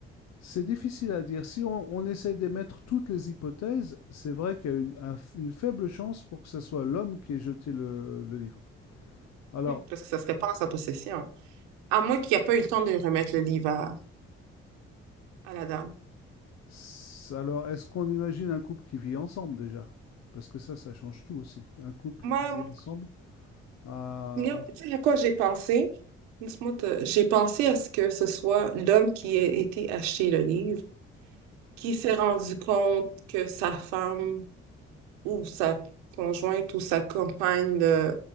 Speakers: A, on the left; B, on the right.
A: C'est difficile à dire. Si on, on essaie d'émettre toutes les hypothèses, c'est vrai qu'il y a une, un une faible chance pour que ce soit l'homme qui ait jeté le, le livre. Alors,
B: Hmm, Parce que ça serait pas en sa possession. À moins qu'il n'y ait pas eu le temps de remettre le livre à, à la dame.
A: s- alors est-ce qu'on imagine un couple qui vit ensemble déjà? Parce que ça, ça change tout aussi. Un couple
B: Moi,
A: qui vit ensemble. ah,
B: regarde,
A: on-
B: tu sais à quoi j'ai pensé? Laisse-moi te- J'ai pensé à ce que ce soit l'homme qui ait été acheter le livre, qui s'est rendu compte que sa femme ou sa conjointe ou sa compagne euh,